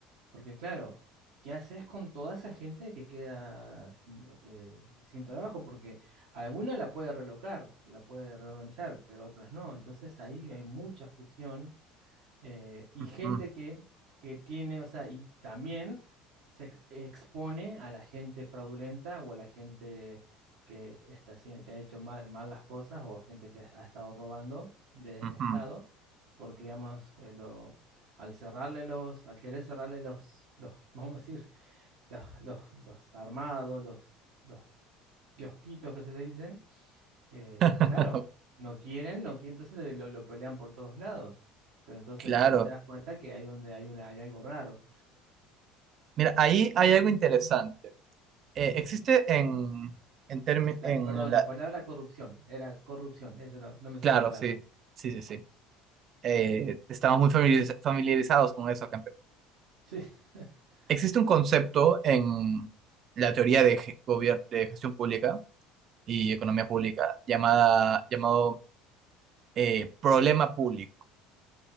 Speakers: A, on the right (about 80°); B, on the right (about 50°).
A: porque claro, ¿qué haces con toda esa gente que queda sin, eh, sin trabajo? Porque alguna la puede relocar, la puede reorganizar, pero otras no, entonces ahí hay mucha fricción eh, y
B: ujú,
A: gente que, que tiene, o sea, y también se ex- expone a la gente fraudulenta o a la gente que está haciendo, que ha hecho mal, mal las cosas o a gente que ha estado robando desde
B: ujú.
A: el Estado, porque digamos, eh, lo, al cerrarle los, al querer cerrarle los, los, <laughs> vamos a decir, los, los, los armados, los, los kiosquitos que se le dicen eh,
B: <laughs>
A: claro, no quieren, no quieren, entonces le- lo, lo pelean por todos lados. Pero entonces
B: Claro.
A: ahí te das cuenta que ahí donde hay una, hay algo raro.
B: Mira, ahí hay algo interesante. Eh, existe en, en, termi-
A: La,
B: en
A: perdón,
B: la...
A: la palabra corrupción, era corrupción, eso era- no me salía
B: Claro,
A: la palabra.
B: sí, sí, sí, sí. Eh, estamos muy familiariz- familiarizados con eso acá en Perú.
A: Sí. <laughs>
B: Existe un concepto en la teoría de, ge- gobier- de gestión pública y economía pública llamada, llamado eh, problema público.